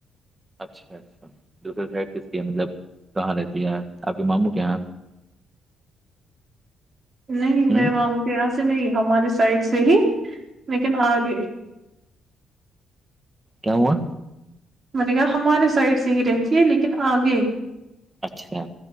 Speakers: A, on the right (about 20°); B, on the right (about 40°).
A: اچھا اچھا دوسرے سائڈ کس کی ہے مطلب کہاں رہتی ہے آپ کے ماموں کے یہاں
B: نہیں میرے
A: ہ
B: ماموں کے یہاں سے نہیں ہمارے سائڈ سے ہی لیکن آگے
A: کیا ہوا
B: میں نے کہا ہمارے سائڈ سے ہی رہتی ہے لیکن آگے
A: اچھا